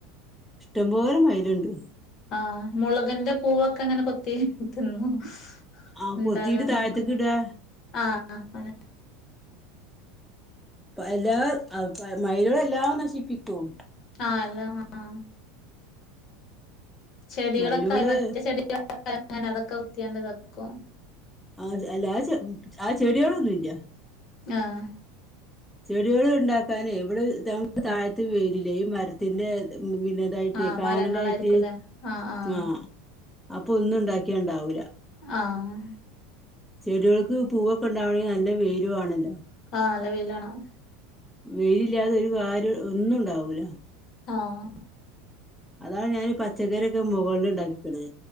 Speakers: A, in the centre; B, on the left.
A: ഇഷ്ടമ്പോലെ മൈല്ണ്ട്
B: ആ മുളക്ന്റെ പൂവൊക്കെങ്ങനെ കൊത്തി തിന്നും
A: ആ
B: ഇണ്ടാകാനയ്ക്കൂല
A: കൊത്തിയിട്ട് താഴത്തേക്ക് ഇടാ
B: ആ അതന്നെ
A: എല്ലാ ആൾകാ മൈലുകളെല്ലാം നശിപ്പിക്കും
B: ആഹ് അല്ല ആ ചെടികളൊക്കായി
A: മയിലുകള്
B: മറ്റ് ചെടികള് <unintelligible> അങ്ങനെ അതൊക്കെ വൃത്തിയാണ്ട് വെക്കും
A: ആഹ് അല്ല ആ ചെ ആ ചെടികളൊന്നും ഇല്യ
B: ആഹ്
A: ചെടികള് ഇണ്ടാക്കാനേ ഇവ്ടെ ഞങ്ങ്ക്ക് താഴ്ത്ത് വെയ്ല്ല്യാ ഈ മരത്തിൻ്റെ ഉം പിന്നെതായിട്ട്
B: ആഹ്
A: കാനലായിട്ട്
B: മരങ്ങളായിരിക്കുംല്ലേ ആഹ് ആഹ്
A: ആ അപ്പൊ ഒന്നും ഇണ്ടാക്കിയാ ഇണ്ടാവൂല
B: ആഹ്
A: ചെടിൾക്ക് പൂവൊക്കെ ഇണ്ടാവണെങ്കില് നല്ല വെയില് വാണല്ലോ
B: ആ നല്ല വെയിലാണം
A: വെയിലില്ലാതെ ഒരു കാര്യം ഒന്നുണ്ടാവൂലാ
B: ആഹ്
A: അതാണ് ഞാന് പച്ചക്കറി ഒക്കെ മുകൾള്ണ്ടാക്കിക്ക്ണേ